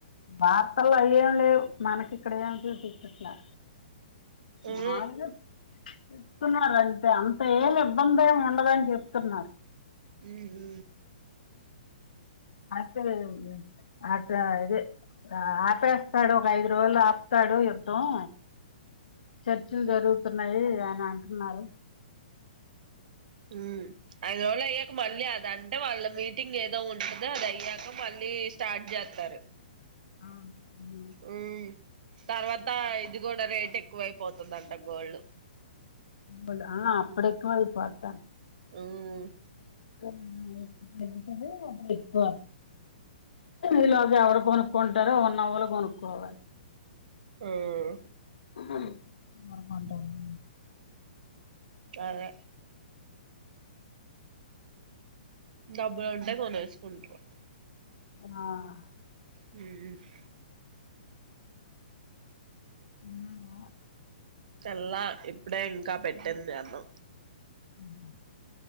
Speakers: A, on the left; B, on the right.
A: వార్తల్ల అయేం లేవ్. మనకి ఇక్కడ ఏం చూపింట్ల
B: ఉహు
A: మాగ్ జెప్ చెప్తున్నారు అంట. అంటే ఇబ్బందేం ఉండదని చెప్తున్నారు.
B: ఉమ్ హు
A: <unintelligible> అట్ట ఇదే ఆపేస్తాడు ఒక ఐదు రోజులు ఆప్తాడు యుద్ధం. చర్చిలు జరుగుతున్నాయి అని అంటున్నారు.
B: ఉహ్మ్ ఐదు రోలయ్యాక మల్లి అదాంత్ టే వాళ్ళ మీటింగ్యిత్ ఉంటదొ అదయ్యాక మ ల్లి స్టార్ట్ జెత్తరు.
A: అవున్ ఉహ్
B: అహ్ తర్వాత ఇది గూడా రేట్ ఎక్ ఎక్కువైపోతుందంట గోల్డ్
A: ఉమ్ గోల్డ్. ఆ అప్పుడెక్కువయిపోదంత
B: ఉహ్
A: అప్పుడు <unintelligible> ఎక్కువ ఈలోగ్ ఎవరు కొనుక్కుంటారో ఉన్న వాళ్ళ కొనుక్కోవాలి.
B: ఆహ్
A: ఉమ్ మనం <unintelligible>
B: అదే డబ్బులుంటే కొనెస్ కొంటువుంట
A: ఆ
B: మ్మ్
A: <unintelligible>
B: తెల్లా ఇప్పుడే ఇంకా పెట్టింది అన్నం
A: ఉహ